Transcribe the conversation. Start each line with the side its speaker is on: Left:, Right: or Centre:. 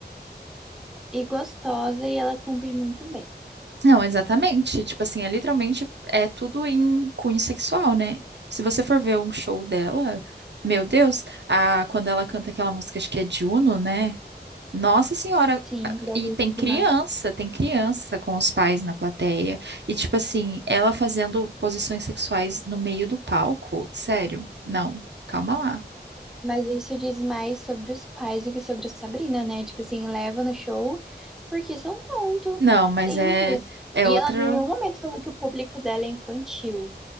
Centre: E gostosa, e ela cumpre muito bem.
Right: Não, exatamente. Tipo assim, é literalmente é tudo em cunho sexual, né? Se você for ver um show dela, meu Deus, a, quando ela canta aquela música, acho que é Juno, né? Nossa Senhora,
Centre: Sim, belíssima.
Right: e tem criança, tem criança com os pais na plateia. E tipo assim, ela fazendo posições sexuais no meio do palco, sério? Não, calma lá.
Centre: Mas isso diz mais sobre os pais do que sobre a Sabrina, né? Tipo assim, leva no show porque são tonto.
Right: Não, mas
Centre: Simples.
Right: é é
Centre: E
Right: outra.
Centre: ela em nenhum momento falou que o público dela é infantil.